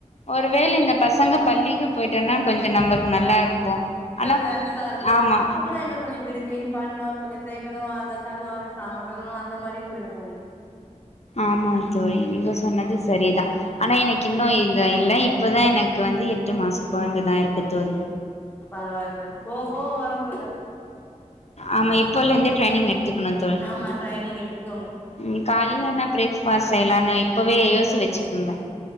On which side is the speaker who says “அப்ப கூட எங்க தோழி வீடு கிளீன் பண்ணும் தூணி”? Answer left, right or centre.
Left